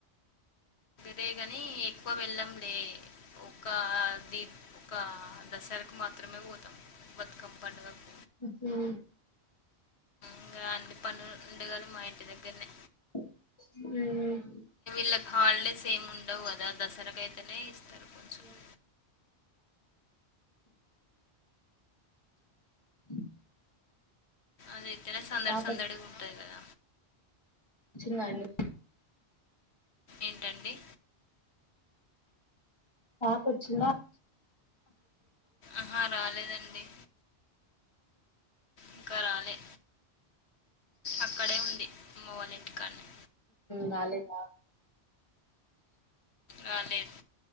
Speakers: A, on the left (about 75°); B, on the left (about 25°).
A: రే గాని ఎక్కువ వెళ్ళంలే ఆ ఒక దీ ఒక దసరకు మాత్రమే పోతాం బతుకమ్ పండుగకు
B: హు హుమ్
A: ఇంకా అన్ని పండుగలు మా ఇంటి దగ్గరనే
B: హుమ్
A: లైక్ హాలిడేస్ ఏమి ఉండవు కదా దసరాకు అయితేనే ఇస్తారు కొంచెం
B: హుమ్ హ
A: అదైతేనే సందడి
B: పాపక్
A: సందడిగా ఉంటది కదా
B: చిన్న ఇల్లు
A: ఏంటండి
B: పాపొచ్చిందా
A: ఆహా రాలేదండి ఇంకా రాలే అక్కడే ఉంది అమ్మ వాళ్ళ ఇంటికాన్నే
B: రాలేద
A: రాలేదు